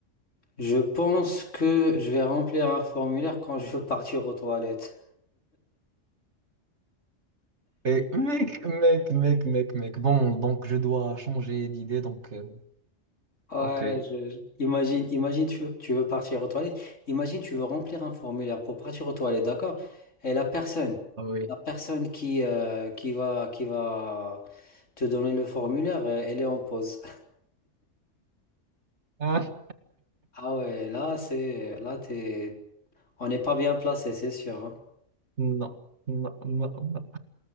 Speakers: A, on the left (about 75°); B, on the right (about 65°).
A: je pense que je vais remplir un formulaire quand je veux partir aux toilettes.
B: Et mec, mec, mec, mec, mec. Bon, donc je dois changer d'idée, donc euh,
A: Ouais,
B: ok.
A: je, je- imagine, imagine tu, tu veux partir aux toilettes, imagine tu veux remplir un formulaire pour partir aux toilettes, d'accord? Et la personne,
B: Ah Oui.
A: la personne qui, euh, qui va, qui va te donner le formulaire, euh, elle est en pause. <laughs>
B: Hein?
A: Ah ouais, là c'est, là t'es, on n'est pas bien placé, c'est sûr, hein.
B: Non, non, non, non.